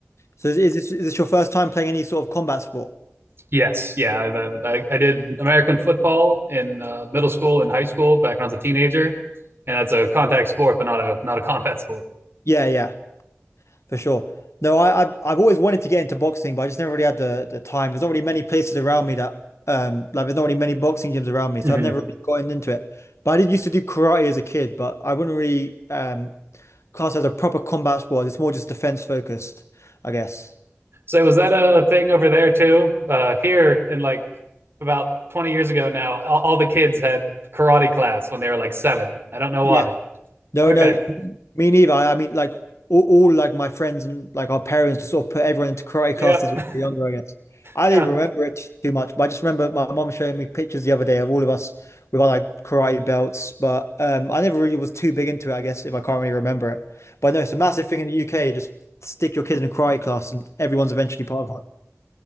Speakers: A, on the left; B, on the right.
A: So is, is this is this your first time playing any sort of combat sport?
B: Yes, yeah, I've, I've I, I did American football in uh, middle school and high school back when I was a teenager, and that's a contact sport, but not a not a combat sport.
A: Yeah, yeah. For sure. No, I, I've I've always wanted to get into boxing, but I just never really had the, the time. There's not really many places around me that um like there's not really many boxing gyms around me, so
B: Mm-hmm.
A: I've never really gotten into it. But I did used to do karate as a kid, but I wouldn't really um class it as a proper combat sport. It's more just defense focused, I guess.
B: So was that a thing over there too? Uh, here in like about twenty years ago now, all, all the kids had karate class when they were like seven. I don't know
A: Yeah,
B: why.
A: No,
B: Okay,
A: no, me neither. I mean, like all, all like my friends and like our parents just sort of put everyone into karate
B: <laughs>
A: classes
B: yep,
A: when we were younger, I guess. I
B: yeah,
A: didn't remember it t- too much, but I just remember my mom showing me pictures the other day of all of us with our like karate belts. But um, I never really was too big into it, I guess, if I can't really remember it. But no, it's a massive thing in the UK. Just stick your kid in a karate class, and everyone's eventually part of one.